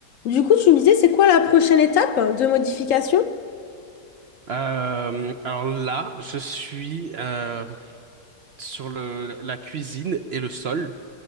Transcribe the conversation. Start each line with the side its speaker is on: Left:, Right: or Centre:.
Left: Du coup, tu me disais, c'est quoi la prochaine étape de modification?
Right: Euh, alors là, je suis euh, sur le, la cuisine et le sol